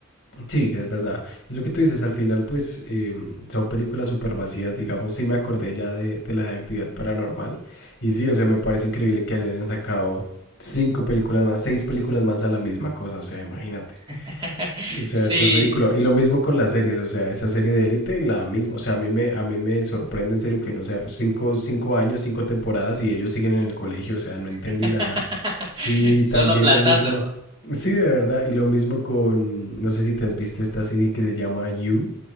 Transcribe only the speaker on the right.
<laughs>
Sí,
<laughs>
solo
aplazando.